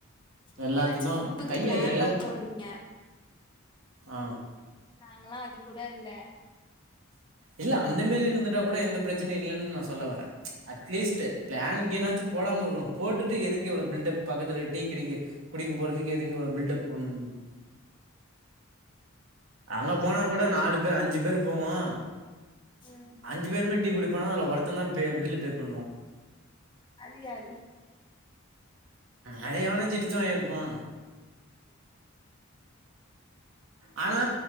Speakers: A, on the left; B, on the right.
A: நீங்கலாச்சு
B: எல்லாத்துக்கு
A: ட்ரிப்புக்கு
B: கைய
A: பிளான்லா
B: எல்லா
A: போட்றீங்க
B: ஆ
A: நாங்களா அது கூட இல்ல
B: இது அந்த மாரி இருந்துந்துட்டா கூட எந்த பிரச்சனயு இல்லன்னு நா சொல்ல வரே அட்லீஸ்ட் பிளான் கீனாச்சு போடாம இருக்கணோ போட்டுட்டு எதுக்கு இவ்ளோ பில்டப் பக்கத்துல டீ கடைக்கு குடிக்க போறதுக்கு எதுக்கு இவ்வளோ பில்டப் பண்ணணோ அங்க போனா கூட நாலு பேர் அஞ்சு பேரு போவோ
A: ம்
B: அஞ்சு பேருமே டீ குடிப்போனா அதுல ஒருத்த தா பே பில்லு பே பண்ணுவா
A: அது யாரு
B: அது எவனாச்சு இலுச்ச வாய இருப்பா ஆனா